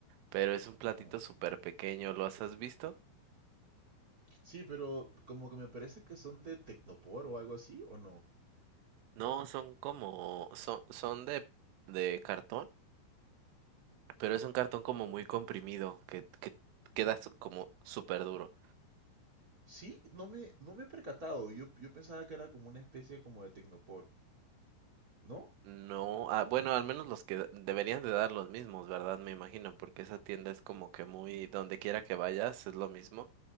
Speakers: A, on the right (about 85°); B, on the right (about 40°).
A: pero es un platito
B: ujú.
A: súper pequeño, ¿los has visto?
B: Sí, pero como que me parece que son de Tecnopor o algo así, ¿o no?
A: No, son como, son, son de, de cartón, pero es un cartón como muy comprimido, que, que queda su- como súper duro.
B: Sí, no me, no me he percatado. Yo, yo pensaba que era como una especie como de Tecnopor, ¿no?
A: No, ah, bueno, al menos los que da- deberían de dar los mismos, ¿verdad? Me imagino, porque esa tienda es como que muy, donde quiera que vayas, es lo mismo.